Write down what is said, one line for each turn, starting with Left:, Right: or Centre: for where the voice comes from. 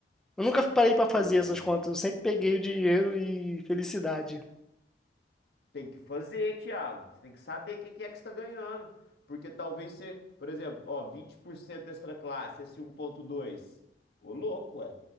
Centre: Eu nunca parei pra
Left: Ah.
Centre: fazer essas contas. Eu sempre peguei o dinheiro e felicidade.
Left: Tem que fazer, Thiago. Você tem que saber o que que é que você está ganhando. Porque talvez você, por exemplo, ó, 20% extra classe, esse um ponto dois, Ô, louco, ué.